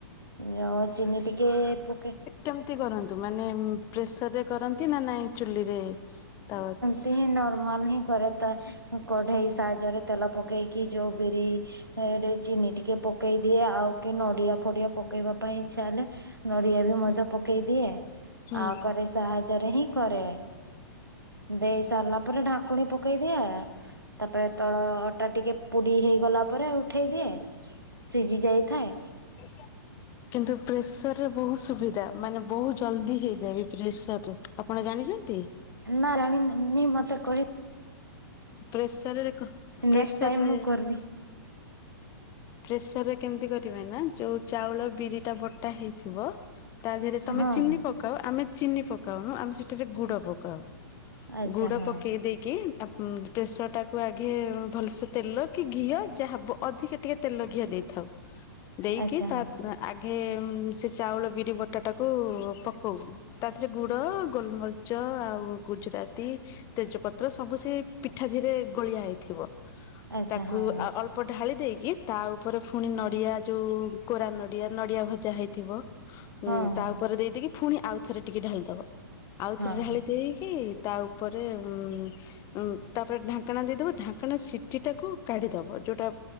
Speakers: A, on the right; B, on the left.
A: ଯୋଁଉ ଚିନି ଟିକେ ପକେଇ
B: କେମତି କରନ୍ତୁ ମାନେ ପ୍ରେସର ରେ କରନ୍ତି ନା ନାଇଁ ଚୁଲିରେ ତାୱା
A: ଏମନ୍ତି ହିଁ ନର୍ମାଲ୍ ହିଁ କରେ ତା କଢ଼େଇ ସାହାଯ୍ୟରେ ତେଲ ପକେଇକି ଯୋଉ ବିରି ରେ ଚିନି ଟିକେ ପକେଇ ଦିଏ ଆଉ କି ନଡିଆ ଫଡିଆ ପକେଇବା ପାଇଁ ଇଚ୍ଛା ହେଲେ ନଡ଼ିଆ ବି
B: ହୁଁ
A: ମଧ୍ୟ ପକେଇ ଦିଏ
B: ହୁଁ।
A: ଆଉ କରେଇ ସାହାଯ୍ୟରେ ହିଁ କରେ। ଦେଇ ସାରିଲା ପରେ ଢାଙ୍କୁଣୀ ପକେଇଦିଏ ତାପରେ ତଳ ଅଟା ଟିକେ ପୁଡ଼ି ହେଇଗଲା ପରେ ଉଠେଇ ଦିଏ ସିଜି ଯାଇଥାଏ।
B: <unintelligible> କିନ୍ତୁ ପ୍ରେସର ରେ ବହୁତ ସୁବିଧା ମାନେ ବହୁତ ଜଲ୍ଦି ହେଇଯାଏ ବି ପ୍ରେସରରେ। ଆପଣ ଜାଣିଛନ୍ତି?
A: ନା ରାଣୀ ନିଁ ନି ମତେ କହି
B: ପ୍ରେସରରେ କ ପ୍ରେସରରେ
A: ନେକ୍ସଟ୍ ଟାଇମ୍ ମୁଁ କରିବି।
B: ପ୍ରେସର ରେ କେମତି କରିବେ ନା ଯୋଉ ଚାଉଳ ବିରି ଟା ବଟା ହେଇଥିବ ତା ଦିହେରେ ତମେ
A: ହଁ
B: ଚିନି
A: ହଁ
B: ପକାଅ ଆମେ ଚିନି ପକାଉନୁ ଆମେ ସେଠାରେ ଗୁଡ ପକାଉ।
A: ଆଚ୍ଛା
B: ଗୁଡ
A: ହଁ
B: ପକେଇ ଦେଇକି ତା ଉଁ ପ୍ରେସର ଟାକୁ ଆଘେ ଭଲସେ ତେଲ କି ଘିଅ ଯାହା ବ ଅଧିକା ଟିକେ ତେଲ ଘିଅ ଦେଇଥାଉ ଦେଇକି
A: ଆଚ୍ଛା
B: ତା
A: ହଁ
B: ଆଁ ଆଘେ ଉଁ ସେ ଚାଉଳ ବିରି ବଟାଟାକୁ ପକଉ। ତା ଧିରେ ଗୁଡ, ଗୋଲମରିଚ ଆଉ ଗୁଜୁରାତି ତେଜପତ୍ର ସବୁ ସେ ପିଠା ଧିରେ ଗୋଳିଆ ହେଇଥିବ।
A: ଆଚ୍ଛା
B: ତାକୁ
A: ହଁ ହଁ।
B: ଅ ଅଳ୍ପ ଢାଳି ଦେଇକି ତାଉପରେ ଫୁଣି ନଡିଆ ଯୋଉ କୋରା ନଡିଆ ନଡିଆ ଭଜା ହେଇଥିବ
A: ହଁ
B: ଉଁ ତା
A: ହଁ
B: ଉପରେ ଦେଇଦେଇକି ଫୁଣି ଆଉ ଥରେ ଟିକେ ଢାଳିଦବ ଆଉଥରେ
A: ହଁ
B: ଢାଳି
A: ହଁ
B: ଦେଇକି ତା ଉପରେ ଉଁ ଉଁ ତାପରେ ଢାଙ୍କେଣା ଦେଇଦବ ଢାଙ୍କେଣା ସିଟି ଟାକୁ କଢିଦବ ଯୋଉଟା